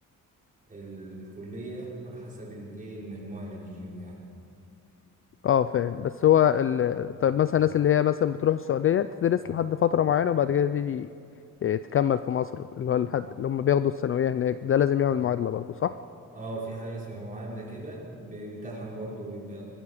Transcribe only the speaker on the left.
اه فاهم بس هو ال... طيب مثلا الناس اللي هي مثلا بتروح السعودية تدرس لحد فترة معينة وبعد كده تيجي آه، تكمل في مصر اللي هو
الحد اللي هم بياخدوا الثانوية هناك ده لازم
يعمل معادلة برضه صح؟